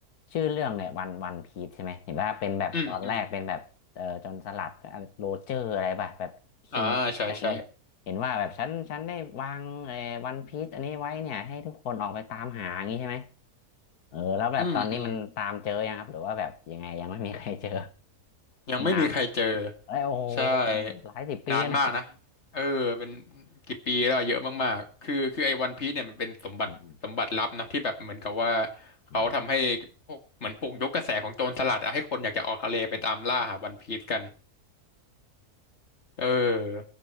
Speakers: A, on the left (about 75°); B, on the left (about 45°).
A: ชื่อเรื่องเนี่ยวันวันพีชใช่ไหมเห็นว่าเป็นแบบตอนแรกเป็นแบบเออจนสลัดโรเจอร์อะไรป่ะแบบคิงอะไรอย่างนี้เห็นว่าแบบฉันฉันได้วางเออวันพีชอันนี้ไว้เนี่ยให้ทุกคนออกไปตามหาอย่างนี้ใช่ไหม
B: <laughs> อืมอืมอ่าใช่ใช่
A: เออแล้วแบบตอนนี้มันตามเจอยังครับหรือว่าแบบยังไงยังไม่มีใครเจอ
B: อืมอืม ยังไม่มีใครเจอ
A: นานเอ้ยโอ้โห
B: ใช่
A: หลายสิบปีแล้วนะ
B: นานมากนะเออเป็นกี่ปีแล้วอะเยอะมากๆคือคือไอ้วันพีซเนี่ยมันเป็นสมบัติสมบัติลับนะที่แบบเหมือนกับว่า
A: อืม
B: เขาทำให้พวกเหมือนปลุกยกกระแสของโจรสลัดอะให้คนอยากจะออกทะเลไปตามล่าหาวันพีซกัน
A: อืม
B: เออ